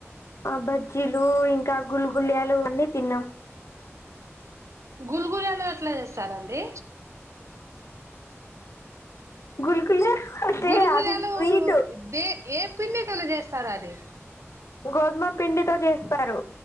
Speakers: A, on the left (about 75°); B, on the right (about 75°).
A: ఆ బజ్జీలు ఇంకా గుల్ గుళ్యాలు అన్ని తిన్నాం
B: గుర్ గుర్ ఎట్లా చేస్తారండి
A: గుల్ గుల్ అంటే
B: గుల్గులాలు
A: అది వీటు
B: దే ఏ పిండికలు చేస్తారు అది
A: గోధుమ పిండితో చేస్తారు